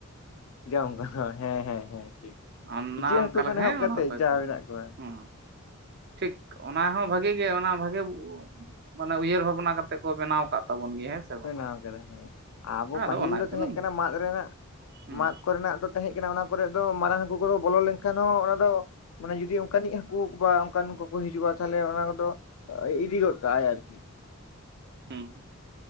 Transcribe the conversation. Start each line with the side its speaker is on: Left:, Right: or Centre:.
Left: ᱡᱚᱝ <inaudible> ᱠᱟᱱᱟ <unintelligible> ᱦᱮᱸᱻ ᱦᱮᱸ ᱻᱦᱮᱸ ᱴᱷᱤᱠ᱾
Right: ᱚᱱᱟ
Left: ᱤᱪᱟᱹᱜ ᱦᱟᱹᱠᱩ
Right: ᱚᱱᱠᱟ
Left: ᱠᱷᱚᱱ
Right: ᱞᱮᱠᱟ
Left: ᱮᱦᱚᱵ
Right: ᱦᱮᱸ
Left: ᱠᱟᱛᱮᱫ
Right: ᱚᱱᱟ ᱫᱚ
Left: ᱡᱟ ᱢᱮᱱᱟᱜ ᱠᱚᱣᱟ।
Right: ᱦᱮᱸ ᱴᱷᱤᱠ ᱚᱱᱟ ᱦᱚᱸ ᱵᱷᱟᱜᱤ ᱜᱮ ᱚᱱᱟ ᱵᱷᱟᱜᱤ ᱼᱼ ᱢᱟᱱᱮ ᱩᱭᱦᱟᱹᱨ ᱵᱷᱟᱵᱱᱟ ᱠᱟᱛᱮᱜ ᱠᱚ ᱵᱮᱱᱟᱣ ᱟᱠᱟᱫ ᱛᱟᱵᱚᱱ ᱜᱮᱭᱟ ᱦᱮᱸ ᱥᱮ ᱵᱟᱝ
Left: ᱵᱮᱱᱟᱣ ᱠᱟᱫᱟ ᱦᱮᱸ, ᱟᱵᱚ
Right: ᱟᱫᱚ
Left: ᱯᱟᱹᱦᱤᱞ
Right: ᱚᱱᱟ
Left: ᱫᱚ
Right: ᱛᱮᱫᱚ
Left: ᱛᱮᱦᱮᱸᱜ ᱠᱟᱱᱟ ᱢᱟᱫ ᱨᱮᱱᱟᱜ,
Right: ᱦᱩᱸ
Left: ᱢᱟᱫ ᱠᱚᱨᱮᱱᱟᱜ ᱫᱚ ᱼᱼ ᱛᱟᱦᱮᱸᱜ ᱠᱟᱱᱟ ᱚᱱᱟ ᱠᱚᱨᱮᱜ ᱫᱚ, ᱢᱟᱨᱟᱝ ᱦᱟᱹᱠᱩ ᱠᱚᱫᱚ ᱵᱚᱞᱚ ᱞᱮᱱᱠᱷᱟᱱ ᱦᱚᱸ ᱚᱱᱟ ᱫᱚ ᱼᱼ ᱢᱟᱱᱮ ᱡᱩᱫᱤ ᱚᱱᱠᱟᱱᱤᱡ ᱦᱟᱹᱠᱩ ᱵᱟ, ᱚᱱᱠᱟᱱ ᱠᱚ ᱠᱚ ᱦᱤᱡᱩᱜᱼᱟ, ᱛᱟᱦᱚᱞᱮ ᱚᱱᱟ ᱠᱚᱫᱚ ᱼᱼ ᱤᱫᱤ ᱜᱚᱜ ᱠᱟᱜᱼᱟᱭ ᱟᱨᱠᱤ᱾
Right: ᱦᱮᱸ <unintelligible>